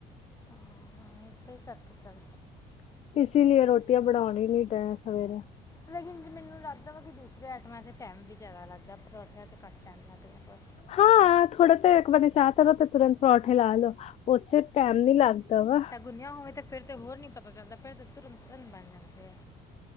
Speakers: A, on the left; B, on the left.
A: ਮੈ ਤੇ ਕਰਕੇ ਚਲ
B: ਇਸ ਲਈ ਰੋਟੀਆਂ ਬਣਾਉਣ ਹੀ ਨੀ ਤੈ ਸਵੇਰੇ
A: ਲੇਕਿਨ ਜੇ ਮੈਨੂੰ ਲੱਗਦਾ ਵਾ ਕਿ ਦੂਸਰੇ ਆਈਟਮਾਂ 'ਚ ਟਾਈਮ ਵੀ ਜ਼ਿਆਦਾ ਲੱਗਦਾ ਪਰੌਠਿਆਂ 'ਚ ਘੱਟ ਟਾਈਮ ਲੱਗਦਾ ਵ
B: ਹਾਂ ਥੋੜੇ ਤੇ ਏਕ ਵਰੀ ਚਾਹਤਰੋ ਤੇ ਤੁਰੰਤ ਪਰੌਠੇ ਲ ਆਲੋ ਉਥੇ ਟੈਮ ਨੀ ਲੱਗਦਾ ਵਾ
A: ਗੁਨਿਆ ਹੋਵੇ ਤੇ ਫਿਰਰ ਤੇ ਹੋਰ ਨੀ ਪਤਾ ਚੱਲਦਾ ਫਿਰਰ ਤੁਰੰਤ ਤੁਰੰਤ ਬਣ ਜਾਂਦੇ ਆ